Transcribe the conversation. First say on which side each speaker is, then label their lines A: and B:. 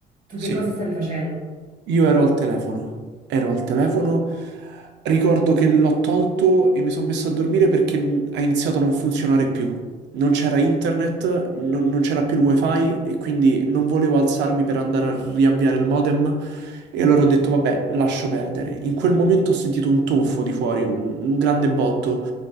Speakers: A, on the right; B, on the right.
A: Tu
B: Sì.
A: che cosa stavi facendo?
B: Io ero al telefono, ero al telefono, ricordo che l'ho tolto e mi sono messo a dormire perché n- ha iniziato a non funzionare più. Non c'era internet, non, non c'era più il wifi e quindi non volevo alzarmi per andare a riavviare il modem e allora ho detto vabbè, lascio perdere. In quel momento ho sentito un tonfo di fuori, un, un grande botto,